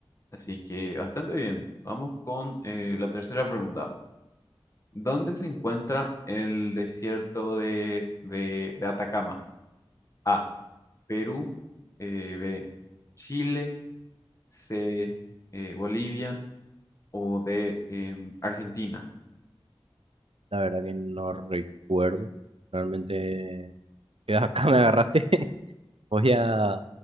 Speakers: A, on the left (about 35°); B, on the right (about 80°).
A: así que bastante bien. Vamos con eh, la tercera pregunta. ¿Dónde se encuentra el desierto de, de- de Atacama? A. Perú. eh, B. Chile. C. eh, Bolivia. O D. em, Argentina.
B: la verdad que no recuerdo. Realmente, <laughs> acá me agarraste. <laughs> Voy a,